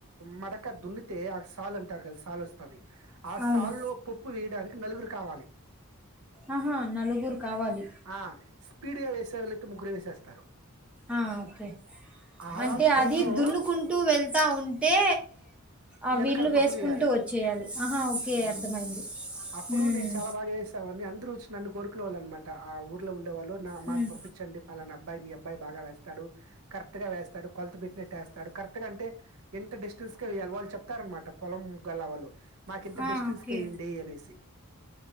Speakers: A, on the right; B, in the centre.
A: మడక దున్నిత్ అయితే ఆ సాలు అంటారు కదా సాలు వస్తాది ఆ
B: అవును.
A: సాలు లో ప ప్పు వేయడానికి నలుగురు కావాలి
B: ఆహా నలుగురు కావాలి
A: ఆ! స్పీడ్‌గా వేసేవాళ్ళైతే ముగ్గురు వేసేస్తారు.
B: ఆ ఓకే
A: అలాంటి
B: అంటే
A: టైంలో
B: అది దున్నుకుంటూ వెళ్తా ఉంటే ఆ
A: వెనకాల
B: విల్లు
A: పప్పులు
B: వేసుకుంటూ
A: వేయాలి
B: వచ్చేయాలి. ఆహా! ఓకే.
A: అవును
B: అర్థమైంది.
A: అప్పుడు
B: హ్మ్.
A: నేను చాలా బాగా వేసేవాన్నీ అందరూ వచి నన్ను కోరుకునే వాళ్లు అనమాట ఆ ఊర్లో ఉ వాళ్ళు
B: హ్మ్
A: మాకు పంపించండి పలానా అబ్బాయిని అబ్బాయి బాగ వేస్తాడు కరెక్ట్గా వేస్తాడు కొలత పెట్నీనట్టేస్తాడు కరెక్ట్గా అంటే ఎంత డిస్టెన్స్ కి వేయాలి వాళ్ళు చెప్ చెప్తానర మాట పొలం గల వాళ్లు మాకి ఇంత
B: ఆ
A: డిస్టెన్స్
B: ఓకే
A: కి వేయండి అనేసి